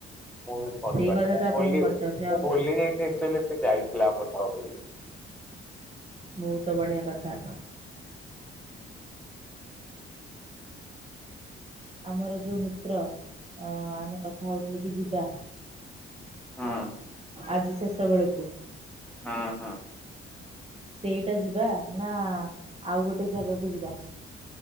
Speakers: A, in the centre; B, on the right.
A: ମୁଁ ବି ଫୋନ
B: ସେଇ
A: କରିନି
B: କଥା
A: ମୁଁ
B: ତ ଆପଣଙ୍କୁ
A: ଭଲି
B: ପଚାରୁଛି
A: ମୁଁ
B: ଆଉ
A: ଭୁଲି ଯାଇଛିି ଏକଚୋଲି ସେ ଯାଇଥିଲା କଥାହବ ବୋଲି।
B: ବହୁତ ବଢ଼ିଆ କଥା। ଆମର ଯେଉଁ ମିତ୍ର ଅ ଆମେ କଥା ହେଉଥିଲେ କି ଯିବା।
A: ହଁ
B: ଆଜି ଶେଷ ବେଳକୁ
A: ହଁ ହଁ।
B: ସେଇଟା ଯିବା ନା ଆଉ ଗୋଟେ ଜାଗାକୁ ଯିବା?